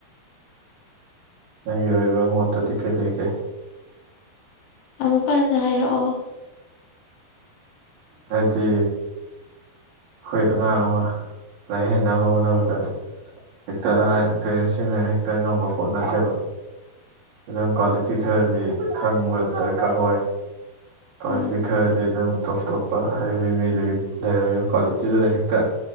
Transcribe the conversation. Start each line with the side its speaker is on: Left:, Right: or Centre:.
Right: ꯅꯪꯒꯤ ꯑꯣꯏꯕ ꯃꯣꯠꯇꯗꯤ ꯀꯩ ꯂꯩꯒꯦ
Left: ꯑꯃꯨꯛꯀ ꯍ ꯍꯥꯏ ꯑꯣ ꯑꯣ
Right: ꯍꯥꯏꯗꯤ ꯑꯩꯈꯣꯏ ꯑꯉꯥꯡ ꯑꯃ ꯂꯥꯏꯔꯤꯛ ꯍꯅꯕ ꯍꯣꯠꯅꯕꯗ ꯍꯦꯛꯇ ꯑ ꯄꯦꯔꯦꯟꯁꯤꯡꯅ ꯍꯦꯛꯇ ꯉꯝꯕ ꯄꯣꯠ ꯅꯠꯇꯦꯕ ꯑꯗꯨꯝ ꯀ꯭ꯋꯥꯂꯤꯇꯤ ꯈꯔꯗꯤ ꯈꯪꯕ ꯗꯔꯀꯥꯔ ꯑꯣꯏ ꯀꯣꯂꯦꯖꯁꯤ
Left: ꯎꯝ
Right: ꯈꯔꯗꯤ ꯑꯗꯨꯝ ꯇꯣꯞ ꯇꯣꯞꯄ ꯍꯥꯏꯔꯃꯤ ꯃꯤꯗꯨꯒꯤ ꯂꯩꯔꯝꯃꯤꯕ ꯀꯣꯂꯦ ꯠꯇꯤꯗꯨꯅ ꯍꯦꯛꯇ